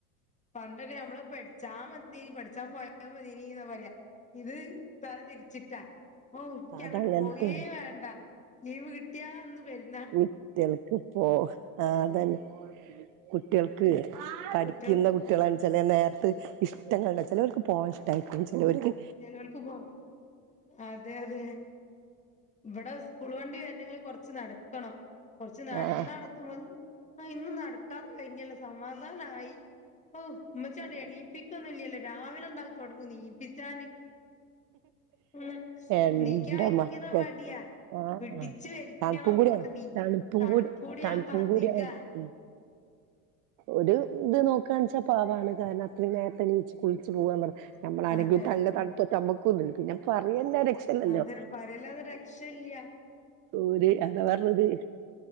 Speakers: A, on the left; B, on the right.
A: പണ്ടൊക്കെ നമ്മള് പഠിച്ചാ മതേനി പഠിച്ചാ പോയാ മതിനി എന്നാ പറയാ. ഇത് തല തിരിച്ചിട്ടാ ഓ ഇൻക്ക്
B: അതങ്ങൻത്തന്നെ
A: അങ്ങട്ട് പോവേ വേണ്ട. ലീവ് കിട്ടിയാ അന്ന് വരും
B: കുട്ടികൾക്കിപ്പോ ആഹ് അതുതന്നെ കുട്ടികൾക്ക് പഠിക്കുന്ന
A: കുട്ടികൾ
B: കുട്ടികളാണ് ചില നേരത്ത് ഇഷ്ടങ്ങള് ചിലവർക്ക് പോകാൻ ഇഷ്ടമായിട്ടും ചിലവർക്ക്
A: ചിലവൾക്ക് ഇപ്പോ അതെ അതെ ഇവിടെ സ്കൂൾ വണ്ടി വരണെങ്കിൽ കൊറച്ച് നടക്കണം. കുറച്ച് നടന്ന്
B: ആഹ്
A: നടത്തുമ്പ ഇന്നും നടക്കാതെ കഴിഞ്ഞുള്ള സമാധാനമായി. ഓഹ് ഉമ്മച്ച അങ്ങോട്ട് എണിപ്പിക്കൊന്നും ഇല്ലല്ലോ രാവിലെ ഉണ്ടാവു തൊടങ്ങൂ എനീപ്പിച്ചാന്. ഉം.
B: എന്റെ
A: എണിക്കാൻ ഭയങ്കര
B: മക്കൾ
A: മടിയാ.
B: ആഹ്
A: പിടിച്ചു വലികണം
B: തണുപ്പും കൂടിയാണ് തണുപ്പും
A: തണുപ്പുടിയാവുമ്പം
B: കൂടി തണുപ്പും
A: അതികാ
B: കൂടിയാണ് ഉം ഒരു ഇത് നോക്കുവാണ് വച്ചാൽ പാവാണ്. കാരണം അത്ര നേരത്തെ എന്നിച്ച് കുളിച്ച്പോകുവ പറയും നമ്മളാരങ്കിലുംനല്ല
A: അതെ
B: തണുപ്പട്ട് ആകു കൊള്ളും പിന്നെ പറയണ്ടയാ ണ്ടല്ലോ
A: അതൊരു പറയല്ലാതെ രക്ഷയില്ല
B: ഊര് അതാ പറഞ്ഞത്.